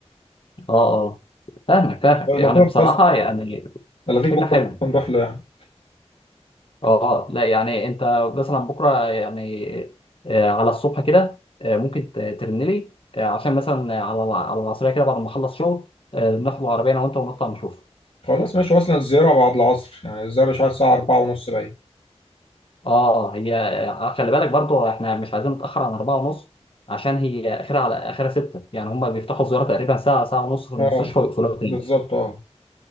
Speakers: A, on the left; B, on the left.
A: اه اه فاهمك فاهمك يعني
B: لو كده
A: بصراحه
B: خلاص
A: يعني
B: الغيك بكره
A: فكره حلوه
B: ونروح له يعني
A: اه آه، لا يعني انت مثلا بكره يعني آه، على الصبح كده آه، ممكن ت- ترن لي آه، عشان مثلا على الع- على العصريه كده بعد ما اخلص شغل آه، ناخد العربيه انا وانت ونطلع نشوف
B: خلاص ماشي اصلا الزياره بعد العصر يعني الزياره مش عارف الساعه 4 ونص باين
A: اه هي آه، خلي بالك برضو احنا مش عايزين نتاخر عن أربعة ونص عشان هي اخرها على اخرها ستة يعني هم بيفتحوا الزياره تقريبا ساعه ساعه ونص في المستشفى
B: اه
A: ويقفلوها تاني
B: بالظبط اه